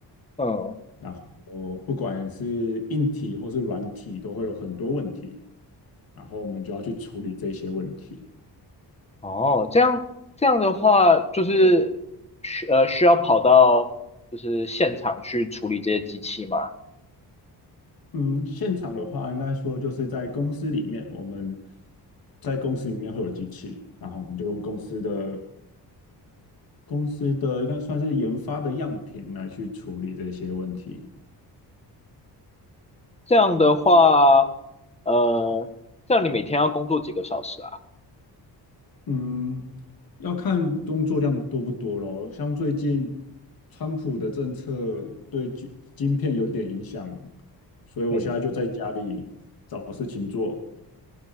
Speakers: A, on the left; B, on the left.
A: 嗯，
B: 然后不管是硬体或是软体，都会有很多问题，然后我们就要去处理这些问题。
A: 哦，这样这样的话，就是需呃需要跑到就是现场去处理这些机器吗？
B: 嗯，现场的话，应该说就是在公司里面，我们在公司里面会有机器，然后我们就用公司的公司的应该算是研发的样品来去处理这些问题。
A: 这样的话，呃，这样你每天要工作几个小时啊？
B: 嗯，要看工作量多不多咯。像最近川普的政策对晶晶片有点影响，所以我现在就在家里找事情做，
A: 嗯，